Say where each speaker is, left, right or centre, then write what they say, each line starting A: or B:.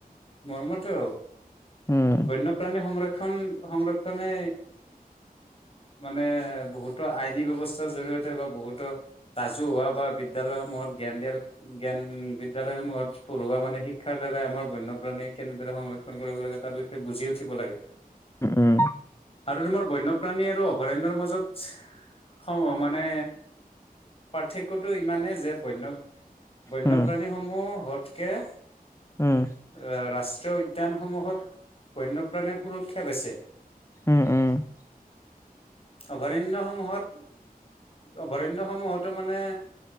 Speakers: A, on the left (about 35°); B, on the left (about 20°).
A: মৰ্মমটো
B: উম
A: বন্যপ্ৰাণী সংৰক্ষ শিক্ষণ সংৰক্ষণে মানে বহুতো আইনী ব্যৱস্থাৰ জৰিয়তে বা বহুতো ৰাজু হা বা বিদ্যালয়সমূহত জ্ঞান দিয়াৰ জ্ঞান বিদ্যয়ালয়সমূহত পঢ়োৱা মানে শিক্ষাৰ দ্বাৰাই আমাৰ ব ণে কেনেদৰে সংৰক্ষণ কৰিব লাগে তাৰ বিষয়ে বুজি উঠিব লাগে
B: উম
A: আৰু তোমাৰ বন্যপ্ৰাণী আৰু অভয়াৰণ্যৰ মাজত সম মানে পাৰ্থক্যটো ইমানেই যে বন্য বন্যপ্ৰাণীসমূহ
B: উম
A: ততকে
B: উম
A: আহ ৰাষ্ট্ৰীয় উদ্যানসমূহত বন্যপ্ৰাণীৰ সুৰক্ষা বেচে <inaudible>
B: উম উম
A: অভয়াৰণ্যসমূহত, অভয়াৰণ্যসমূহতো মানে,